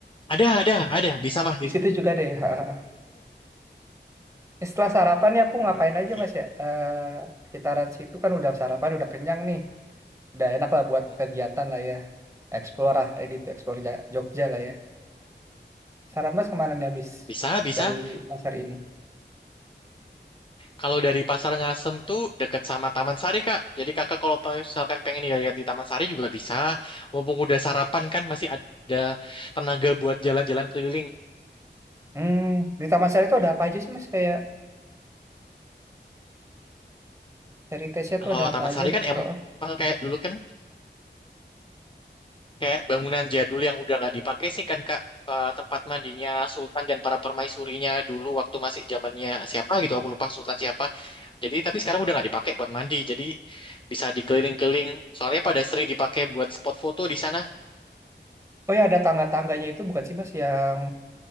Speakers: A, on the left; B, on the right.
A: Ada, ada, ada, bisa
B: <laughs>
A: mah.
B: di situ juga ada ya <laughs> Ini setelah sarapan nih aku
A: <laughs>
B: ngapain aja Mas ya? Eh, sekitaran situ kan udah sarapan, udah kenyang nih. Udah enak lah buat
A: Oke.
B: kegiatan lah ya. Explore lah, ready to explore Ja- Jogja lah ya. Saran Mas kemana nih habis
A: Bisa, bisa.
B: dari pasar ini?
A: Kalau dari Pasar Ngasem tuh deket sama Taman Sari, Kak. Jadi kakak kalau misalkan pengen lihat di Taman Sari juga bisa. Mumpung udah sarapan kan masih ada tenaga buat jalan-jalan keliling.
B: Hmm, di Taman Sari itu ada apa aja sih Mas? Kayak heritage-nya
A: Kalau
B: tuh ada apa
A: Taman
B: aja?
A: Sari kan emang
B: Oh,
A: kayak dulu kan kayak bangunan jadul yang udah nggak dipakai sih kan, Kak. Eh, tempat mandinya Sultan dan para permaisurinya dulu waktu masih zamannya siapa gitu aku lupa Sultan siapa jadi tapi sekarang udah nggak dipakai buat mandi jadi bisa dikeliling-keliling soalnya pada sering dipakai buat spot foto di sana
B: oh ya ada tangga-tangganya itu bukan sih Mas yang